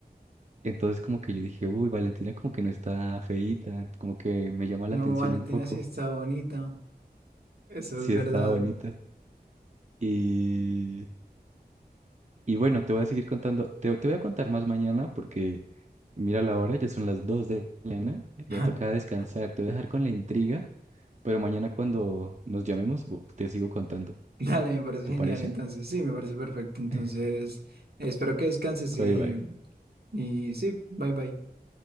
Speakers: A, on the right; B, on the right.
A: Entonces como que yo dije, uy, Valentina como que no está feíta, como que me llama
B: No,
A: la atención
B: Valentina
A: un poco.
B: sí está bonita. Eso
A: Sí,
B: es verdad.
A: estaba bonita. Y, y bueno, te voy a seguir contando, te, te voy a contar más mañana porque mira la hora, ya son las 2 de la mañana,
B: <laughs>
A: ya toca descansar, te voy a dejar con la intriga, pero mañana cuando nos llamemos bu- te sigo contando,
B: Dale, me parece
A: ¿te
B: genial.
A: parece?
B: Entonces, sí, me parece perfecto. Entonces,
A: <laughs>
B: espero que descanses y,
A: Bye, bye.
B: y sí, bye bye.